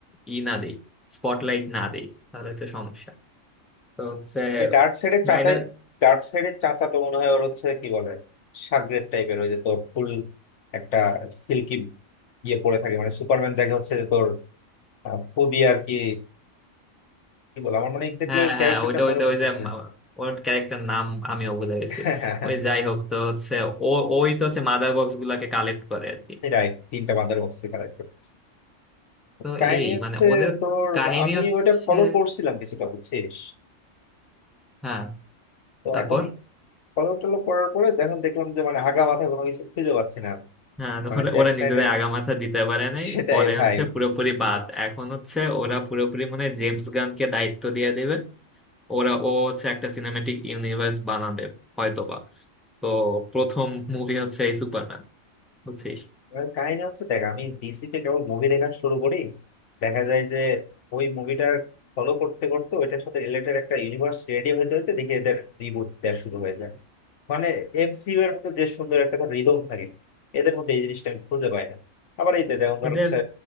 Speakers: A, in the centre; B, on the left (about 65°).
A: ই না দিই স্পটলাইট না দিই তাহলে তো সমস্যা তো হচ্ছে
B: ওই ডার্ক সাইডের
A: স্নাইডার
B: চাচাই ডার্ক সাইডের চাচা তো মনে হয় ওর হচ্ছে কি বলে সাগরেদ টাইপের ওই যে তোর ফুল একটা সিল্কি ইয়ে পরে থাকে মানে সুপারম্যান যাকে হচ্ছে যে তোর আহ, খুবই আর কি কি বলে আমার মানে এক্স্যাক্টলি
A: হ্যাঁ
B: ওর ক্যারেক্টারটা
A: হ্যাঁ ওইটা
B: মনে
A: ওই তো
B: পড়তেছে
A: ওই যে মা- ওর ক্যারেক্টার নাম আমিও ভুলে গেছি
B: <laughs>
A: ওই যাই হোক তো হচ্ছে ও ওই তো হচ্ছে মাদার বক্স গুলাকে কালেক্ট করে আর কি
B: রাইট তিনটা বাঁদর বক্সে কালেক্ট করতেছে
A: তো
B: কাহিনী
A: এই
B: হচ্ছে
A: মানে ওদের
B: তোর
A: কাহিনী
B: আমি
A: হচ্ছে
B: ওইটা ফলো করছিলাম কিছুটা বুঝছিস
A: হ্যাঁ
B: তো
A: তারপর
B: এখন ফলো টলো করার পরে এখন দেখলাম যে মানে আগা মাথা কোনো কিছু খুঁজে পাচ্ছি না আমি।
A: হ্যাঁ
B: মানে
A: ওরা
B: জ্যাক
A: ওরা
B: স্ন্যাডের
A: নিজেদের আগামাথা দিতে পারে নাই
B: সেটাই
A: পরে
B: ভাই
A: হচ্ছে পুরোপুরি বাদ এখন হচ্ছে ওরা পুরোপুরি মানে জেমস গানকে দায়িত্ব দিয়ে দেবে ওরা ও হচ্ছে একটা সিনেমেটিক ইউনিভার্স বানাবে হয়তোবা তো প্রথম মুভি হচ্ছে এই সুপারম্যান বুঝছিস
B: এবার কাহিনী হচ্ছে দেখ আমি ডিসিতে কেবল মুভি দেখা শুরু করি দেখা যায় যে ওই মুভিটার ফলো করতে করতে ওইটার সাথে রিলেটেড একটা ইউনিভার্স রেডি হইতে হইতে দেখি এদের রিবুট দেওয়া শুরু হয়ে যায় মানে এমসিইউ এর মধ্যে যে সুন্দর একটা রিদম থাকে এদের মধ্যে এই জিনিসটা আমি খুঁজে পাই না আবার এই যে যেমন ধর
A: এটা
B: হচ্ছে